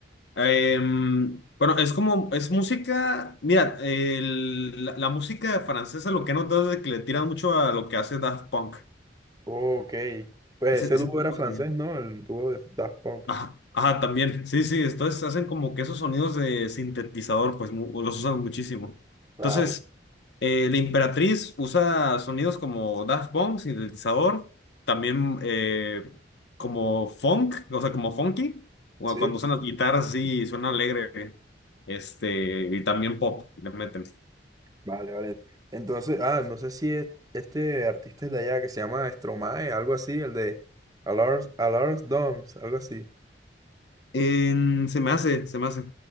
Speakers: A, on the left; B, on the right.
A: Em, bueno, es como, es música, mira, el- la, la música francesa lo que he notado es de que le tiran mucho a lo que hace Daft Punk.
B: Ok. Pues
A: Ese,
B: ese
A: ese
B: dúo
A: tipo
B: era francés,
A: de sonido.
B: ¿no? El dúo de Daft Punk.
A: Ajá, ajá, también. Sí, sí, entonces hacen como que esos sonidos de sintetizador, pues mu- los usan muchísimo.
B: Claro.
A: Entonces, eh, la Imperatriz usa sonidos como Daft Punk, sintetizador, también eh, como funk, o sea, como funky, o
B: Sí.
A: cuando usan las guitarras así suena alegre, este, y también pop, le meten.
B: Vale, vale. Entonces, ah, no sé si es- este artista es de allá que se llama Stromae, algo así, el de Alarms, Alarms Dance, algo así.
A: En- se me hace, se me hace.